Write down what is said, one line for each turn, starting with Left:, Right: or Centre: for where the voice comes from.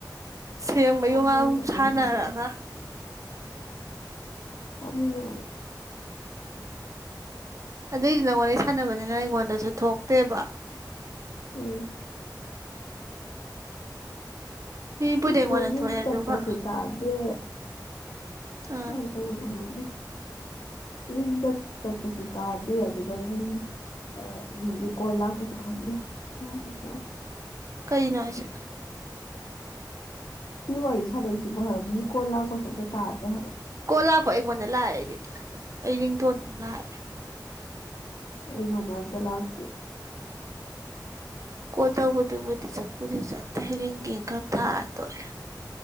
Right: ꯁꯦꯡꯕꯩ
Left: ꯀꯣꯡꯒꯣ
Right: ꯋꯥꯎ
Left: ꯊꯣꯛꯄꯩ
Right: ꯁꯥꯟꯅꯔꯒ
Left: ꯉꯥꯡꯅꯔꯦ ꯄꯥꯝꯃꯨꯏꯌꯦꯕ
Right: ꯑꯗꯨꯏꯗꯤ ꯅꯪꯉꯣꯟꯗꯩ ꯁꯥꯟꯅꯕꯅꯤꯅ ꯑꯩꯉꯣꯟꯗꯁꯨ ꯊꯣꯛꯇꯦꯕ
Left: ꯎꯝ
Right: ꯃꯤꯕꯨꯗꯤ
Left: ꯀ꯭ꯔꯤꯁꯅꯗꯤꯟ
Right: ꯑꯩꯉꯣꯟꯗ ꯊꯣꯛꯑꯦ
Left: ꯆꯠꯄꯁꯨ
Right: ꯑꯗꯨꯒ
Left: ꯇꯥꯗꯦ
Right: ꯑꯥ
Left: ꯍꯣꯏ <unintelligible> ꯈꯪꯗꯦ ꯔꯤꯡ ꯆꯠ ꯆꯠꯄꯁꯨ ꯇꯥꯗꯦ ꯑꯗꯨꯒ ꯔꯤꯡ ꯑ ꯃꯤꯒꯤ ꯀꯣꯜ ꯂꯥꯛꯄꯁꯨ ꯈꯪꯗꯦ ꯒ꯭ꯌꯥꯟ ꯑꯝ ꯇꯥꯗꯦ
Right: ꯀꯩꯅꯣ ꯍꯥꯏꯁꯦ
Left: ꯁꯤ ꯋꯥꯔꯤ ꯁꯥꯥꯟꯅꯩꯁꯤꯕꯨ ꯍꯥꯏꯕ ꯃꯤ ꯀꯣꯜ ꯂꯥꯛꯄꯁꯨ ꯑꯝꯇ ꯇꯥꯗꯦ ꯍꯥꯏꯕ
Right: ꯀꯣ ꯂꯥꯛꯄ ꯑꯩꯉꯣꯟꯗ ꯂꯥꯛꯑꯦ ꯑꯩꯗꯤ ꯑꯩ ꯔꯤꯡꯇꯣꯟꯗ ꯂꯥꯛꯑꯦ
Left: ꯑꯩꯉꯣꯟꯗ ꯑꯝꯇ ꯂꯥꯛꯇꯦ
Right: ꯀꯣꯜ ꯇꯧꯕꯗꯨꯕꯨꯗꯤ ꯆꯠꯄꯨꯗꯤ ꯆꯠꯇꯦ ꯔꯤꯡꯒꯤꯡ ꯈꯛ ꯊꯥꯔ ꯇꯣꯛꯑꯦ